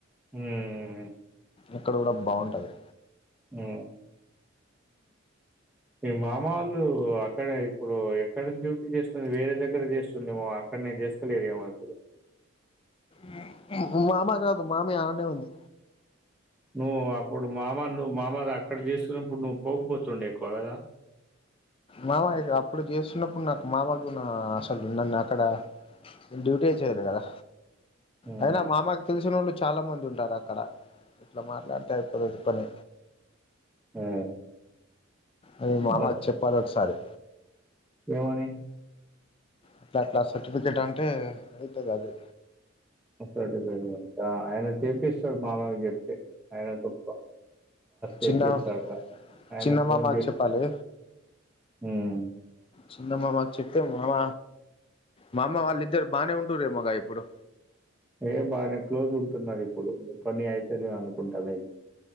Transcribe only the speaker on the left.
ఇక్కడ కూడ బాగుంటది
ము మామ కాదు మామ అడనే ఉంది
మామ ఇగా అప్పుడు చేస్తున్నప్పుడు నాకు మావాకు నా అసలు నన్ను అక్కడ నేను డ్యూటీ చేయలేదు గదా
అయినా మామకు తెలిసినోళ్లు చాలా మంది ఉంటారు అక్కడ ఇట్లా మాట్లాడితే అయిపోతది పని
అది మామకు
చెప్పాలి ఒకసారి
అట్లా అట్లా సర్టిఫికెట్ అంటే అయితది అదే
చిన్నమ్మ
చిన్నమ్మా
మాకు
చెప్పాలి
చిన్నమ్మ వచ్చి మామ మామ వాళ్ళు ఇద్దరు బాగనే ఉంటురిమోగా ఇప్పుడు